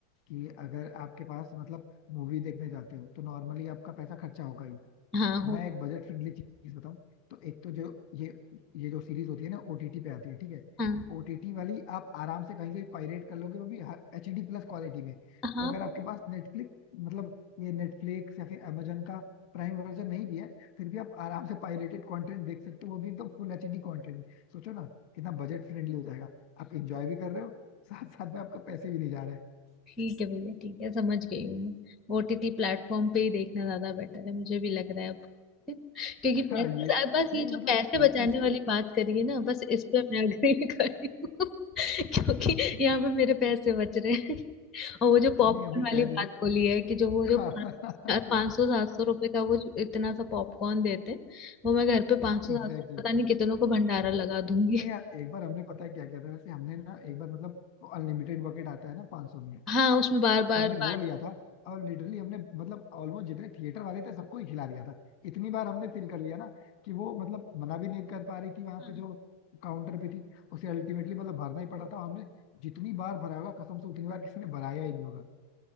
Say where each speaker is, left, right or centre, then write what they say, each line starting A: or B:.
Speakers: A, on the left; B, on the left.
A: कि अगर आपके पास मतलब मूवी देखने जाते हो तो नॉर्मली आपका पैसा खर्चा होगा ही
B: हाँ हो
A: मैं एक बजट फ्रेंडली चीज बताऊं तो एक तो जो ये ये जो सीरीज होती है ना ओटीटी पे आती है ठीक है
B: हाँ
A: ओटीटी वाली आप आराम से कहीं से भी पायरेट कर लोगे वो भी एचडी प्लस क्वालिटी में
B: हाँ
A: तो अगर आपके पास नेटफ्लिक्स मतलब ये नेटफ्लिक्स या फिर amazon का प्राइम वर्जन नहीं भी है फिर भी आप आराम से पायरेटेड कंटेंट देख सकते हो वो भी एकदम फुल एचडी कंटेंट सोचो ना कितना बजट फ्रेंडली हो जाएगा आप इंजॉय भी कर रहे हो साथ साथ में आपका पैसे भी नहीं जा रहे हैं
B: ठीक है भैया ठीक है समझ गई हूँ मैं ओटीटी प्लेटफॉर्म पे ही देखना ज्यादा बेटर है मुझे भी लग रहा है अब <laughs> क्योंकि
A: <laughs> हाँ,
B: पैसे
A: ये तो
B: बस ये
A: नहीं मतलब
B: जो पैसे
A: सब
B: बचाने
A: चीज
B: वाली
A: के
B: बात करी है ना बस इस पे मैं अग्री <laughs> कर रही हूँ <laughs> क्योंकि यहाँ पे मेरे पैसे बच रहे हैं <laughs> और वो जो पॉपकॉर्न
A: नहीं अभी
B: वाली
A: क्या है, जैसे
B: बात बोली है कि जो वो
A: <laughs>
B: जो पाँच सौ सात सौ रुपए का वो जो इतना सा पॉपकॉर्न देते हैं वो मैं घर पे पाँच सौ
A: एग्जैक्टली
B: सात सौ पता नहीं कितनों को भंडारा लगा दूंगी
A: नहीं यार एक बार हमने पता है क्या किया था वैसे हमने ना एक बार मतलब अनलिमिटेड बकेट आता है ना 500 में
B: <laughs> हाँ उसमें बार बार
A: तो हमने
B: बार
A: वो
B: बार-
A: लिया था और लिटरली हमने मतलब ऑलमोस्ट जितने थिएटर वाले थे सबको ही खिला दिया था इतनी बार हमने फील कर लिया ना कि वो मतलब मना भी नहीं कर पा रही थी वहां
B: हाँ,
A: पे जो काउंटर पे थी उसे अल्टीमेटली मतलब भरना ही पड़ा था और हमने जितनी बार भरा होगा कसम से उतनी बार किसी ने भराया ही नहीं होगा